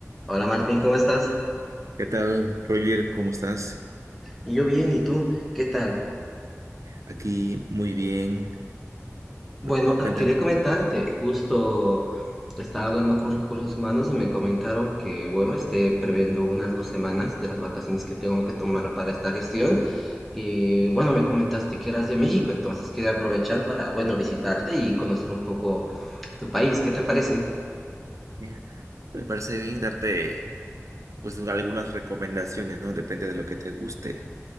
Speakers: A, in the centre; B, on the right.
A: Hola Martín, ¿cómo estás?
B: ¿Qué tal, Roger? ¿Cómo estás?
A: Y yo bien, ¿y tú? ¿Qué tal?
B: Aquí muy bien.
A: Bueno,
B: Cu- Cuéntame.
A: ah, quería comentarte, justo estaba hablando con recursos humanos y me comentaron que, bueno, esté previendo unas dos semanas de las vacaciones que tengo que tomar para esta gestión. Y bueno, me comentaste que eras de México, entonces quería aprovechar para, bueno, visitarte y conocer un poco tu país. ¿Qué te parece?
B: Mira, Me parece bien darte pues algunas recomendaciones, ¿no? Depende de lo que te guste